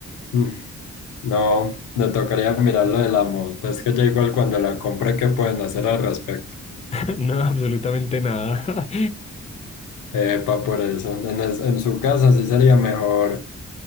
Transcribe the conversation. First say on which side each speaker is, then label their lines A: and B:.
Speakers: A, on the left; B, on the left.
A: mm, No, le tocaría mirar lo de la moto. Es que ya igual cuando la compre, ¿qué pueden hacer al respecto?
B: <laughs> No, absolutamente nada. <laughs>
A: Epa, por eso. En, es- en su casa sí sería mejor